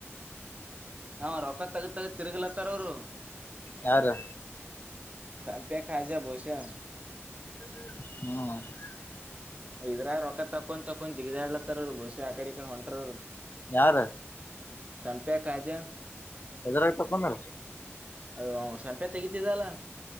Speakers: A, on the right; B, on the left.
A: ಹಾ ರೊಕ್ಕ ತಗದ ತಗ ತಿರುಗಲತ್ತಾರ ಅವರು
B: ಯಾರು
A: ಸಂಪೇಖಾಜಾ ಬಸಾಮ
B: ಹ್ಮ್
A: ಇದ್ರ ರೊಕ್ಕ ತಕೊಂಡ್ ತೊಕೊಂಡ್ ಜಿಗದಾಡ್ಲತ್ತಾರರು ಬಸಿ ಆಕಡಿ ಈ ಕೊಂಡ ಹೊಂಟರರು
B: ಯಾರು
A: ಸಂಪ್ಯಾ ಕಾಜ್ಯ
B: ಹೆದರಾಗ ತಕೊಂಡ್ರ
A: ಅದು ಸಂಪೆ ತೆಗತಿದ್ದಲ್ಲ